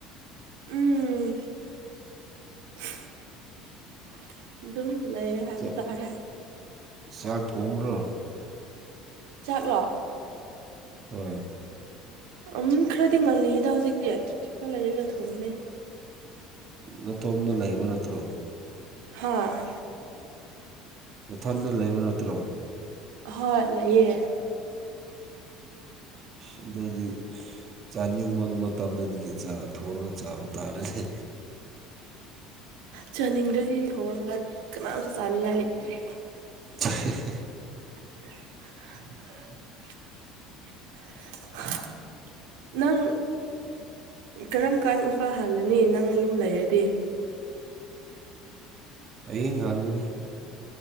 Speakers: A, on the right; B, on the right.
A: ꯎꯝ <unintelligible> ꯑꯗꯨꯝ ꯂꯩ ꯍꯥꯏꯕ
B: ꯆꯥꯛ
A: ꯇꯥꯔꯦ
B: ꯆꯥꯛ ꯊꯣꯡꯕ꯭ꯔꯣ
A: ꯆꯥꯛꯂꯣ
B: ꯍꯣꯏ
A: ꯎꯝ ꯈꯔꯗꯤ ꯉꯜꯂꯤꯗ ꯍꯧꯖꯤꯛꯇꯤ ꯈꯔ ꯂꯩꯔꯒ ꯊꯣꯡꯅꯤ
B: ꯅꯇꯣꯝꯗ ꯂꯩꯕ ꯅꯠꯇ꯭ꯔꯣ
A: ꯍꯥꯥ
B: ꯅꯊꯟꯗ ꯂꯩꯕ ꯅꯠꯇ꯭ꯔꯣ
A: ꯍꯣꯏ ꯂꯩꯥꯌꯦ
B: ꯁꯤꯗꯗꯤ ꯆꯥꯅꯤꯡꯕ ꯃꯇꯝꯗꯗꯤ ꯍꯦꯟꯖꯥꯡ ꯊꯣꯡꯂꯒ ꯆꯥꯕ ꯇꯥꯔꯦꯅꯦ
A: ꯆꯥꯅꯤꯡꯗ꯭ꯔꯗꯤ ꯊꯣꯡꯉꯒ ꯀꯅꯥꯝꯁꯨ ꯆꯥꯅꯤꯡꯉꯥꯏ ꯂꯩꯇ꯭ꯔꯦ
B: <unintelligible>
A: <inaudible> <unintelligible> <inaudible> ꯅꯪ ꯀꯔꯝ ꯀꯥꯟ ꯏꯝꯐꯥꯜ ꯍꯜꯂꯅꯤ ꯅꯪ ꯌꯨꯝ ꯂꯩꯔꯗꯤ
B: ꯍꯌꯦꯡ ꯍꯟꯒꯅꯤ